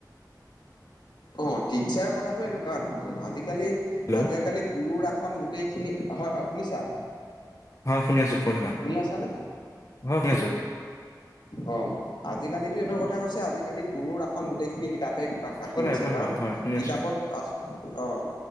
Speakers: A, on the left; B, on the left.
A: অ টিচাৰ কথাটো এনেকুৱা ধৰণৰ আজিকালি
B: হেল্ল'
A: আজিকালি গুৰুৰ আসন গোটেইখিনি হয়, হয়, শুনিছা?
B: হয় শুনি আছোঁ কৈ থাকা
A: শুনি আছা নে?
B: অ শুনি আছোঁ।
A: অ আজিকালিতো এইটো কথা কৈছে আজিকালি আজিকালি গুৰুৰ আসন গোটেইখিনি কিতাপে কাঢ়ি
B: কৈ থাকা
A: লৈছে
B: কৈ
A: কাৰণ
B: থাকা হয় শুনি
A: কিতাপত
B: আছো
A: অঁ